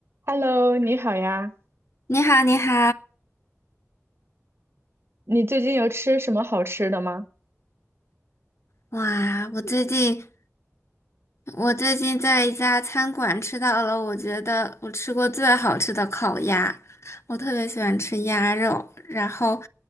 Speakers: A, on the right (about 50°); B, on the left (about 55°).
A: Hello，你好呀，
B: 你好，你好，
A: 你最近有吃什么好吃的吗？
B: 哇！我最近我最近在一家餐馆吃到了，我觉得我吃过最好吃的烤鸭。我特别喜欢吃鸭肉，然后，